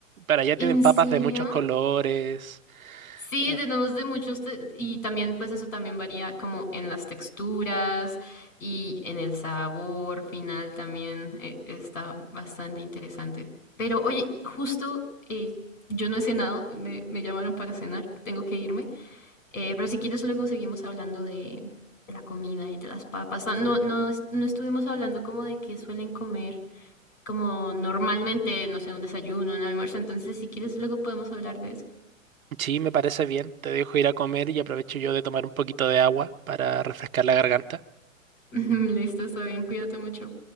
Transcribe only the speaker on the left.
¿En
serio?
Sí,
tenemos de muchos te- y también pues eso también varía como en las texturas y en el sabor final también eh, está bastante interesante. Pero oye, justo eh, yo no he cenado, me, me llamaron para cenar, tengo que irme. Eh, pero si quieres luego seguimos hablando de, de la comida y de las papas. No, no, no es- no estuvimos hablando como de que suelen comer como normalmente, no sé, un desayuno, un almuerzo. Entonces si quieres luego podemos hablar de eso.
<laughs> Listo, está bien, cuídate mucho.